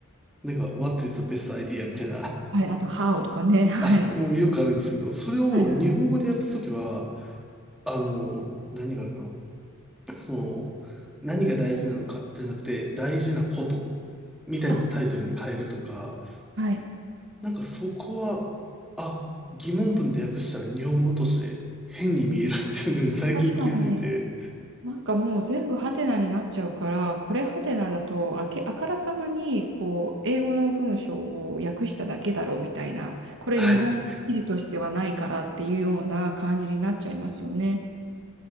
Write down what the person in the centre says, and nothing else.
なんか、What is the best idea? みたいな
あ、そもうよくあるんですけど、それを日本語で訳すときは、
あの、何があるかな。その、何が大事なのかじゃなくて、大事なことみたいなタイトルに変えるとか、
なんかそこは、あ、疑問文で訳したら日本語として変に見えるっていうのに最近気づいて、
はい。